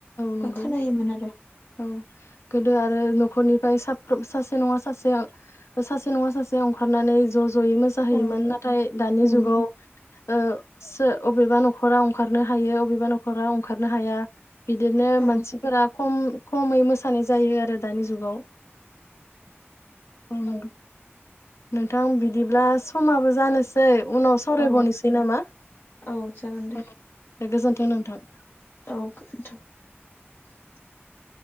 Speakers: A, on the left (about 80°); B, on the left (about 45°).
A: नंगौ
B: अ खोनायोमोन आरो
A: औ गोदो आरो न'खरनिफ्राय साफ्र सासे नङा सासे सासे नङा सासे ओंखारनानै ज' ज' ज'यै मोसाहैयोमोन
B: औ
A: नाथाय दानि
B: नंगौ
A: जुगाव ओ सो अबेबा न'खरा ओंखारनो हायो अबेबा न'खरा ओंखारनो हाया बिदिनो मानसिफोरा
B: औ
A: खम खमै मोसानाय जायो आरो दानि जुगाव ओम
B: औ
A: नोंथां बिदिब्ला समाबो जानोसै उनाव सावरायबनोसै
B: औ
A: नामा
B: औ जागोन
A: दे गोजोनथों नोंथां
B: औ गोजोनथों <inaudible>